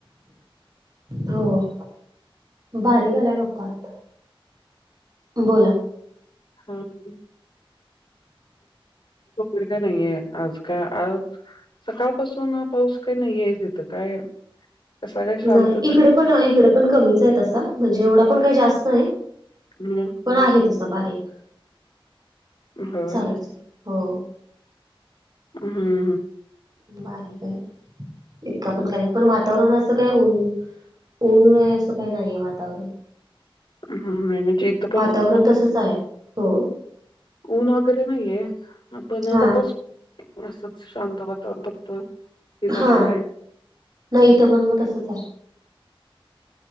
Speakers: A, on the right; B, on the left.
A: होंव बारीक आलायं गप्पा आतां. बोलाअंं.
B: हाओ. <inaudible> खबर कायं नाहीये आज का? आज. सकाळपासून पाऊस काही नाही आहे, तिथं काय? असा काय शांत
A: नाहीं
B: झाला
A: इकडे पण इकडं पण कमीचं आहे. तसा म्हणजे एवढा पण काही जास्त नाही.
B: हम्म.
A: पण आहे तसा बारीक
B: होय.
A: चालूच हो.
B: हम्म हम्म.
A: बारीकय इतका पण काय नाय पण वातावरण असं काय उ ऊन आहे असं काय नाहीय वातावरण.
B: हं, नाही म्हणजे इथं पण
A: वातावरण
B: ऊन
A: तसच आहे हो.
B: ऊन वगैरे नाहीये आ पण
A: हा
B: पाऊस असच शांत वातावरण फक्त. हे झालेलं
A: हा
B: आहे.
A: नाही इथं पण मग तसच हाय.